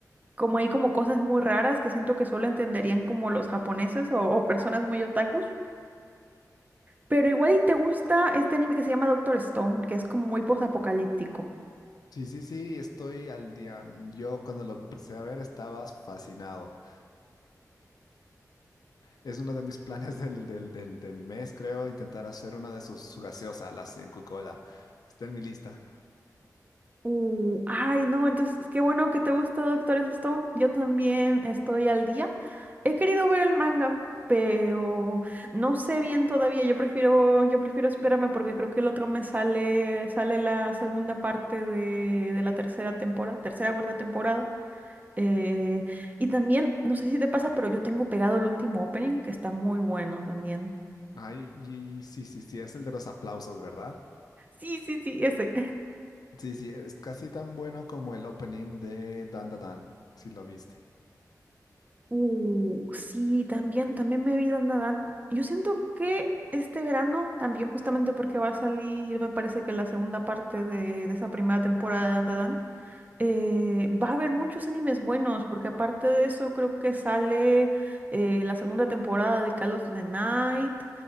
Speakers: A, on the right; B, on the left.
A: como hay como cosas muy raras que siento que solo entenderían como los japoneses o, o personas muy otakus, pero igual y te gusta este anime que se llama Doctor Stone, que es como muy posapocalíptico.
B: Sí, sí, sí, estoy al día. Yo cuando lo empecé a ver estaba fascinado. Es uno de mis planes del, del, del, del mes, creo, intentar hacer una de sus, su gaseosa, la sin Coca-Cola. Está en mi lista.
A: Uh, ay, no, entonces qué bueno que te gustó Doctor Stone. Yo también estoy al día. He querido ver el manga, pero no sé bien todavía. Yo prefiero, yo prefiero esperarme porque creo que el otro me sale, sale la segunda parte de, de la tercera temporada, tercera, cuarta temporada. Eh, y también, no sé si te pasa, pero yo tengo pegado el último opening que está muy bueno también.
B: Ay, y sí, sí, sí, es el de los aplausos, ¿verdad?
A: Sí, sí, sí, ese.
B: Sí, sí, es casi tan bueno como el opening de Dan Da Dan, si lo viste.
A: Uh, sí, también, también me vi Dandadan. Yo siento que este verano, también justamente porque va a salir, me parece que la segunda parte de, de esa primera temporada de Dandadan, eh, va a haber muchos animes buenos, porque aparte de eso creo que sale eh, la segunda temporada de Call of the Night,